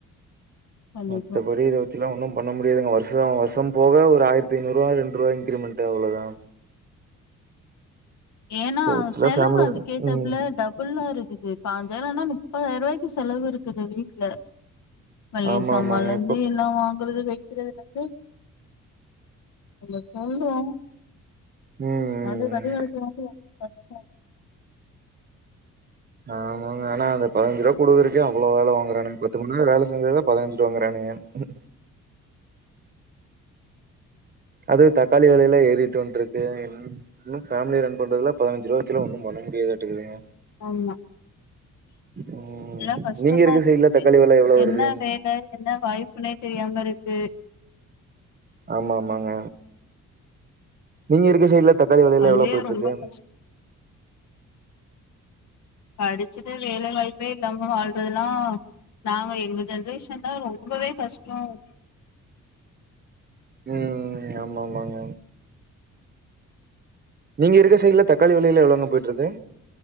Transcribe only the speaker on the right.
மத்தபடி இத வெச்செல்லா ஒன்னும் பண்ண முடியாதுங்க வருஷோ வருஷம் போக ஒரு ஆயிரத்தி ஐநூறுவா ரெண்டு ரூவா இன்கிரிமெண்ட் அவ்ளோதா
இத வச்சுலா
ஃபேமிலி
ம்
ஆமா
ஆமாங்க இப்போ
ம்
ம்
ஆமாங்க ஆனா அந்த பதினஞ்சு ரூவா குடுக்கறக்கே அவ்ளோ வேல வாங்குறானுங் பத்து மண் நேரோ வேல செஞ்சாதா பதினஞ்சு ரூவாங்றாங்க ஏங்க அது தக்காளி விலயெல்லா ஏறிட்டு வந்ட்டு இருக்கு இன்னு ஃபேமிலி ரன் பண்றதுல பதினஞ்சு ரூவா வெச்செல்லா ஒண்ணும் பண் ண முடியாதாட்டாதுங்க
ம்
நீங்க இருக்க
சைட்ல தக்காளி வெல எவ்ளோ வருது
ஆமாமாங்க நீங்க இருக்க சைடுல தக்காளி வெலயெல்லா
எவ்ளோ போயிட்டு
இருக்கு
ம் ஆமாமாங்க நீங்க இருக்க சைடுல தக்காளி வெலயெல்லா எவ்ளோங்க போயிட்டு இருக்கு